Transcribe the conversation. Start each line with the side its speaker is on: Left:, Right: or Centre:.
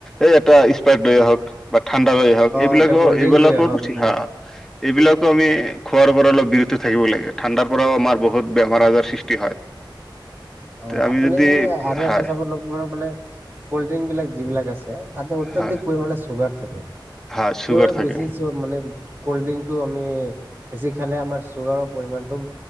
Centre: এই এটা স্প্ৰাইট লৈ আহক বা ঠাণ্ডা লৈ আহক
Right: অ',
Centre: এইবিলাকৰ
Right: এটা কল্ড ড্ৰিংক
Centre: এইবিলাকো
Right: লৈ আহক
Centre: ঠিক
Right: এনেকে।
Centre: হা এইবিলাকো আমি খোৱাৰ পৰা অলপ বিৰুত থাকিব লাগে। ঠাণ্ডাৰ পৰাও আমাৰ বহুত বেমাৰ
Right: অ',
Centre: আজাৰ সৃষ্ট- টি হয়।
Right: অ
Centre: তে আমি
Right: আপুনি
Centre: যদি
Right: আৰু
Centre: হয়
Right: এটা চাব ল'ব মানে কল্ড ড্ৰিংক বিলাক যিবিলাক আছে। তাতে অত্যাধিক
Centre: হয়
Right: পৰিমে চুগাৰ থাকে
Centre: হয় চুগাৰ
Right: ত
Centre: থাকে
Right: বেছি। মানে কল্ড ড্ৰিংকটো আমি বেছি খালে আমাৰ চুগাৰৰ পৰিণটো।